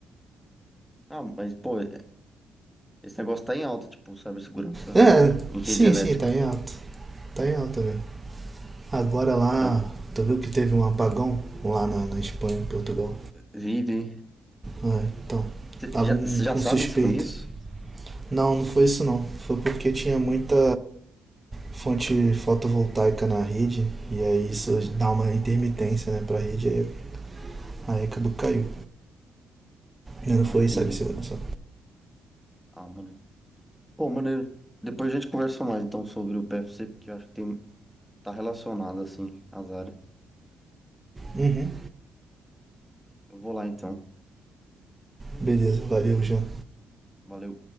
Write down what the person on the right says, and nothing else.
É,
sim,
sim, tá em alta. Tá em alta, velho. Agora lá,
tu viu que teve um apagão lá na, na Espanha, em Portugal?
É, então,
estavam
com
suspeito.
Não, não foi isso não. Foi porque tinha muita fonte fotovoltaica na rede e aí isso dá uma intermitência, né, pra rede, aí, aí acabou que caiu. Não
foi
isso, sabe, segurança.
Uhum.
Beleza, valeu, Jean.